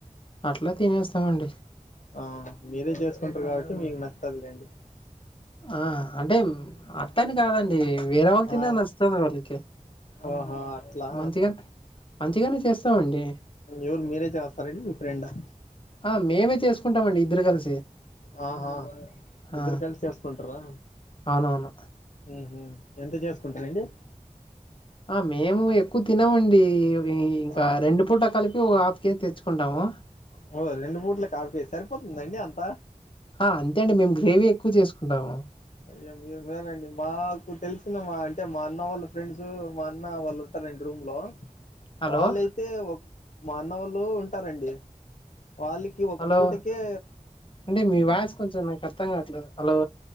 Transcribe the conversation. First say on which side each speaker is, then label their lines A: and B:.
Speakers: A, on the left; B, on the left.
A: అట్లా తినేస్తామండి
B: ఆ మీరే చేసుకుంటారు కాబట్టి మీకు నచ్చుతది లేండి
A: ఆ అంటే అట్లాని కాదండి వేరే వాళ్ళు తిన్న
B: ఆ!
A: నచ్చుతది వాళ్ళకి
B: ఓహో అట్లా
A: మంచిగా మంచిగానే చేస్తామండి.
B: ఏవరు మీరే చేస్తారా అండి మీ ఫ్రెండ్ ఆ
A: ఆ మేమే చేసుకుంటాం అండి ఇద్దరు కలిసి
B: ఆహా ఇద్దరూ
A: ఆ!
B: కలిసి చేసుకుంటారా
A: అవునవును.
B: ఉహు ఎంత చేసుకుంటారు అండి
A: ఆ మేము ఎక్కువ తినమండి అవి ఇంకా
B: ఆ
A: రెండు పూటలకి కలిపి ఓ హాఫ్ కేజీ తెచ్చుకుంటాము
B: ఓ రెండు పుట్లకి కాల్ కేజీ సరిపోతుందండి అంత
A: ఆ అంతే అండి మేము గ్రేవీ ఎక్కువ చేసుకుంటాము
B: అది మేము మేము కాదండి మాకు తెలిసిన మా అంటే మా అన్న వాళ్ళ ఫ్రెండ్స్ మా అన్న వాళ్ళుంటారు కదండి రూమ్ లో
A: హలో!
B: వాళ్ళు ఆయితే మా అన్న వాళ్ళు ఉంటారండి వాళ్ళకి ఒక
A: హలో!
B: పూటకే
A: అండి మీ వాయిస్ కొంచెం నాకు అర్థం కావట్లేదు. హలో!